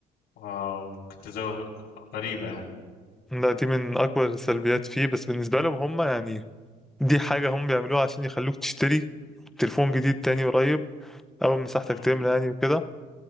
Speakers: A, on the left; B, in the centre.
A: آه، ممكن تزود غريبة يعني
B: ده دي من اكبر السلبيات فيه بس بالنسبه لهم هم يعني دي حاجه هم بيعملوها عشان يخلوك تشتري تليفون جديد تاني قريب اول مساحتك
A: امم
B: تملى يعني وكده